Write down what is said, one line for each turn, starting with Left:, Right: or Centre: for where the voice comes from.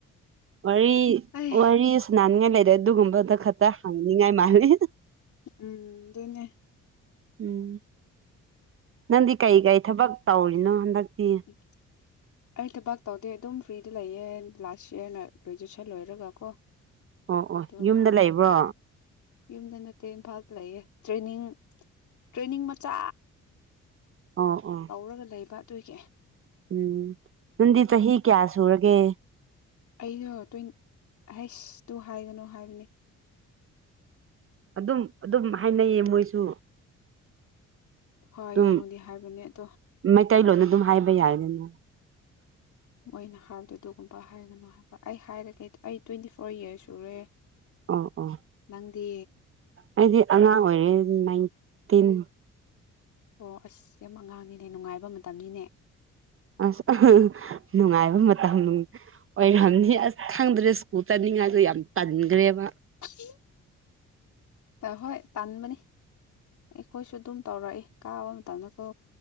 Right: ꯋꯥꯔꯤ
Left: ꯑꯩ
Right: ꯋꯥꯔꯤꯁꯨ ꯅꯥꯅꯤꯡꯉꯥꯏ ꯂꯩꯔꯦ ꯑꯗꯨꯒꯨꯝꯕꯗ ꯈꯛꯇ ꯍꯥꯡꯉ ꯉꯥꯏ ꯃꯥꯔꯦ
Left: ꯎꯝ ꯑꯗꯨꯅꯦꯦ
Right: ꯎꯝ ꯅꯪꯗꯤ ꯀꯩ ꯀꯔꯤ ꯊꯕꯛ ꯇꯧꯔꯤꯅꯣ ꯍꯟꯗꯛꯇꯤ
Left: <inaudible> ꯑꯩ ꯊꯕꯥꯛ ꯇꯧꯗꯦ ꯑꯗꯨꯝ ꯐ꯭ꯔꯤꯗ ꯂꯩꯌꯦ ꯂꯥꯁ ꯌꯔꯅ ꯒ꯭ꯔꯦꯖꯨꯑꯦꯁꯟ ꯂꯣꯏꯔꯒ ꯀꯣ
Right: ꯑꯣ ꯑꯣ
Left: ꯑꯗꯨꯒ
Right: ꯌꯨꯝꯗ ꯂꯩꯕ꯭ꯔꯣ
Left: ꯌꯨꯝꯗ ꯅꯠꯇꯦ ꯏꯝꯐꯥꯜꯗ ꯂꯩꯌꯦꯦ ꯇ꯭ꯔꯦꯅꯤꯡ ꯇ꯭ꯔꯦꯅꯤꯡ ꯃꯆꯥ
Right: ꯑꯣ ꯑꯣ
Left: ꯇꯧꯔꯒ ꯂꯩꯕ ꯑꯗꯨꯏꯒꯤ
Right: ꯎꯝ ꯅꯪꯗꯤ ꯆꯍꯤ ꯀꯌꯥ ꯁꯨꯔꯒꯦ
Left: ꯑꯩꯅ ꯇ꯭ꯋ ꯍꯩꯁ ꯇꯨ ꯍꯥꯏꯒꯅꯨ ꯍꯥꯏꯕꯅꯤ
Right: ꯑꯗꯨꯝ ꯑꯗꯨꯝ ꯍꯥꯏꯅꯩꯌꯦ ꯃꯣꯏꯁꯨ
Left: ꯍꯥꯏꯒꯅꯨꯗꯤ
Right: ꯑꯗꯨꯝ
Left: ꯍꯥꯏꯕꯅꯦ ꯑꯗꯣ
Right: ꯃꯩꯇꯩꯂꯣꯟꯅ ꯑꯗꯨꯝ ꯍꯥꯏꯕ ꯌꯥꯏꯗꯅ
Left: ꯃꯣꯏꯅ ꯍꯥꯏꯔꯕꯗ ꯑꯗꯨꯒꯨꯝꯕ ꯍꯥꯏꯒꯅꯨ ꯍꯥꯏꯕ ꯑꯩ ꯍꯥꯏꯔꯒꯩꯗꯤ ꯑꯩ ꯇ꯭ꯋꯦꯟꯇꯤ ꯐꯣꯔ ꯌꯔꯁ ꯁꯨꯔꯦ
Right: ꯑꯣ ꯑꯣ
Left: ꯅꯪꯗꯤ
Right: ꯑꯩꯗꯤ ꯑꯉꯥꯡ ꯑꯣꯏꯔꯦ ꯅꯥꯏꯟꯇꯤꯟ
Left: ꯑꯣ ꯑꯁ ꯌꯥꯝ ꯑꯉꯥꯡꯅꯤꯅꯦ ꯅꯨꯡꯉꯥꯏꯕ ꯃꯇꯝꯅꯤꯅꯦ
Right: ꯑꯁ ꯅꯨꯡꯉꯥꯏꯕ ꯃꯇꯝ ꯑꯣꯏꯔꯝꯅꯤ ꯑꯁ ꯈꯪꯗ꯭ꯔꯦ ꯁ꯭ꯀꯨꯜ ꯆꯠꯅꯤꯡꯉꯥꯏꯗ ꯌꯥꯝ ꯇꯟꯈ꯭ꯔꯦꯕ
Left: ꯁꯤ ꯍꯣꯏ ꯇꯟꯥꯟꯕꯅꯤ ꯑꯩꯈꯣꯏꯁꯨ ꯑꯗꯨꯝ ꯇꯧꯔꯛꯏ ꯀꯥꯕ ꯃꯇꯝꯗꯀꯣ